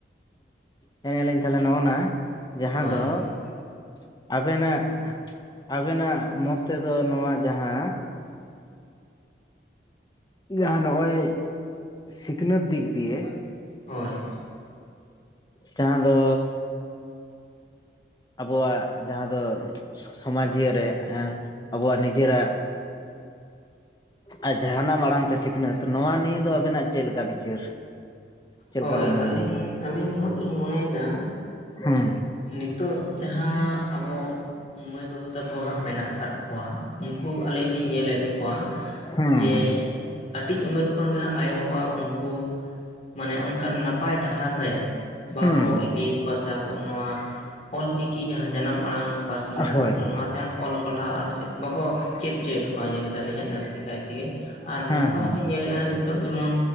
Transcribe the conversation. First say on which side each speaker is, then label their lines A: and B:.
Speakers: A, on the left; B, on the left.
A: ᱦᱮᱸ ᱮᱱᱮᱜ ᱞᱤᱧ ᱛᱟᱦᱚᱞᱮ ᱱᱚᱜᱼ ᱱᱟ ᱡᱟᱦᱟᱸ
B: ᱦᱳᱭ
A: ᱫᱚ ᱟᱵᱮᱱᱟᱜ ᱟᱵᱮᱱᱟᱜ ᱢᱚᱛ ᱛᱮᱫᱚ ᱱᱚᱣᱟ ᱡᱟᱦᱟᱸ ᱡᱟᱦᱟᱸ ᱱᱚᱜᱼᱚᱭ ᱥᱤᱠᱷᱱᱟᱹᱛ ᱫᱤᱠ ᱫᱤᱭᱮ
B: ᱦᱳᱭ
A: ᱡᱟᱦᱟᱸ ᱫᱚ ᱟᱵᱚᱣᱟᱜ ᱡᱟᱦᱟᱸ ᱫᱚ ᱥᱚᱢᱟᱡᱽᱤᱭᱟᱹ ᱨᱮ ᱮ ᱟᱵᱚᱣᱟᱜ ᱱᱤᱡᱮᱨᱟᱜ ᱟᱨ ᱡᱟᱦᱱᱟᱜ ᱟᱲᱟᱝ ᱛᱮ ᱥᱤᱠᱷᱱᱟᱹᱛ ᱱᱚᱣᱟ ᱱᱤᱭᱟᱹ ᱫᱚ ᱟᱵᱮᱱᱟᱜ ᱪᱮᱫ ᱞᱮᱠᱟ ᱵᱤᱪᱟᱹᱨ ᱪᱮᱫ
B: ᱦᱳᱭ
A: ᱞᱮᱠᱟ ᱵᱮᱱ ᱢᱚᱱᱮᱭᱟ
B: ᱟᱹᱞᱤᱧ ᱟᱹᱞᱤᱧ ᱫᱚ ᱦᱟᱸᱟᱜ ᱞᱤᱧ ᱢᱚᱱᱮᱭᱮᱫᱟ
A: ᱦᱩᱸ
B: ᱱᱤᱛᱚᱜ ᱡᱟᱦᱟᱸ ᱟᱵᱚ ᱢᱟᱹᱭ ᱵᱟᱹᱵᱩ ᱛᱟᱠᱚ ᱦᱟᱸᱜ ᱢᱮᱱᱟᱜ ᱟᱠᱟᱫ ᱠᱚᱣᱟ ᱩᱱᱠᱩ ᱟᱹᱞᱤᱧ ᱞᱤᱧ ᱧᱮᱞᱮᱫ ᱠᱚᱣᱟ
A: ᱦᱩᱸ
B: ᱡᱮ
A: ᱦᱩᱸ ᱦᱩᱸ
B: ᱠᱟᱹᱴᱤᱡ ᱩᱢᱮᱨ ᱠᱷᱚᱱ ᱜᱮ ᱟᱭᱳᱼᱵᱟᱵᱟ ᱩᱱᱠᱩ ᱢᱟᱱᱮ ᱚᱱᱠᱟᱱ ᱱᱟᱯᱟᱭ ᱰᱟᱦᱟᱨ ᱨᱮ ᱵᱟᱠᱚ
A: ᱦᱩᱸ ᱦᱩᱸ
B: ᱤᱫᱤᱭᱮᱫ ᱠᱚᱣᱟ ᱥᱮ ᱟᱵᱚᱣᱟᱜ ᱱᱚᱣᱟ ᱚᱞ ᱪᱤᱠᱤ ᱡᱟᱦᱟᱸ ᱡᱟᱱᱟᱢ ᱟᱲᱟᱝ ᱯᱟᱹᱨᱥᱤ ᱢᱮᱱᱟᱜ
A: ᱦᱳᱭ
B: ᱛᱟᱵᱚᱱᱟ
A: ᱦᱳᱭ
B: ᱱᱚᱣᱟᱛᱮᱦᱟᱜ ᱚᱞ ᱯᱟᱲᱦᱟᱣ ᱟᱨ ᱪᱮᱫ ᱵᱟᱠᱚ ᱪᱮᱫ ᱪᱮᱫ ᱠᱚ ᱧᱮᱞ ᱮᱫᱟᱞᱤᱧ ᱦᱟᱜ ᱡᱟᱹᱥᱛᱤ ᱠᱟᱭ ᱛᱮᱜᱮ ᱟᱨ
A: ᱦᱮᱸ
B: ᱱᱚᱝᱠᱟ
A: ᱦᱮᱸ
B: ᱦᱚᱸᱞᱤᱧ ᱧᱮᱞᱮᱫᱼᱟ ᱱᱤᱛᱚᱜ ᱡᱮᱢᱚᱱ